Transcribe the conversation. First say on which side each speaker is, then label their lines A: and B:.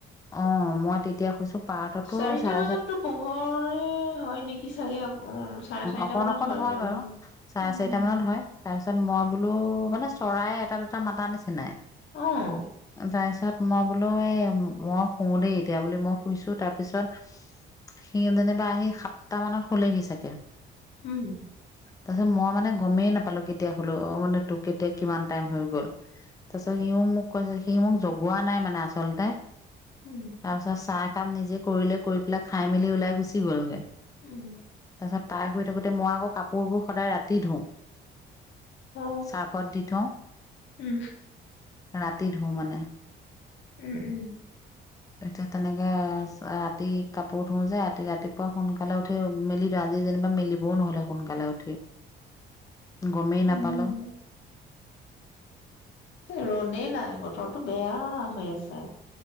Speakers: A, on the left (about 15°); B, on the left (about 75°).
A: অ মই তেতিয়া কৈছো পাৰ্থতো
B: চাৰিটা
A: চাৰে
B: বজাততো
A: চাত
B: পোহৰে হয় নেকি চাগে চাগে উ চাৰে চাৰিটা
A: অকন
B: মানত
A: অকন
B: শুযে
A: হয়
B: হয়
A: বাৰু চাৰে
B: অ
A: চাৰিটা মানত হয় তাৰপিছত মই বোলো, মানে চৰাই এটা দুটা মাতা নিচিনাই।
B: অঁ
A: তাৰ পিছত মই বোলো, এ মই শু দেই এতিয়া বুলি মই শুইছো তাৰ পিছত সি যেনিবা আহি সাতটা মানত। শুলেহি চাগে?
B: উম
A: তাৰপিছত মই মানে গমেই নাপালো কেতিয়া হলো অ মানে তোৰ কেতিয়া কিমান টাইম হৈ গল, তাৰপিছত সিও মোক কৈছে সি মোক জগোৱা নাই মানে আচলতে।
B: উম
A: তাৰপিছত চাহ কাম নিজে। কৰিলে কৰি পেলাই খাই মেলি ওলাই গুচি গ'লোগে
B: উম
A: তাৰ পিছত তাই, থ গোতে মই আকৌ কাপোৰবোৰ সদায় ৰাতি ধুওঁ।
B: অ
A: চাহপাত দি থওঁ'।
B: উম
A: ৰাতি ধো মানে।
B: উম, উম
A: এতিয়া তেনেকে ৰাতি কাপোৰ ধোওঁ যে ৰাতি, ৰাতিপুৱা সোনকালে উঠি মেলি দি আজি যেনিবা মেলিবও নহলে সোনকালে উঠি। গমেই নাপালো'।
B: উম ৰ'দেই নাই, বতৰটো বেয়া হৈ আছে।